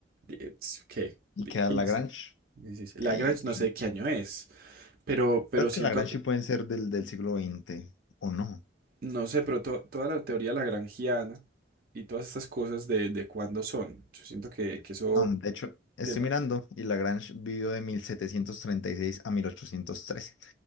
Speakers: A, on the right (about 50°); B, on the left (about 85°).
A: X, ¿qué?
B: y queda
A: quince
B: Lagrange.
A: 15.
B: Ey,
A: Lagrange no
B: ey,
A: sé qué año es, pero, pero
B: Creo
A: siento
B: que Lagrange
A: que
B: sí pueden ser del, del siglo veinte o no.
A: No sé, pero to- toda la teoría lagrangiana y todas estas cosas de, de cuándo son, yo siento que, que eso
B: No, de hecho, estoy
A: tiene...
B: mirando y Lagrange vivió de 1736 a 1813.